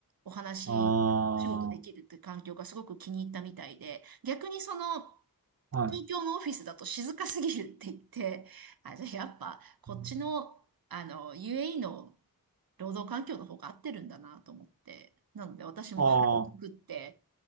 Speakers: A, on the right; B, on the right.
A: お話、
B: あ
A: 仕事できるって環境がすごく気に入ったみたいで、
B: あ、
A: 逆にその、
B: はい。
A: 東京のオフィスだと静かすぎるって言って、あ、じゃあやっぱこっちの、
B: うん
A: あの、UAE の労働環境の方が合ってるんだなと思って、なので私も腹をくくって、
B: ああ、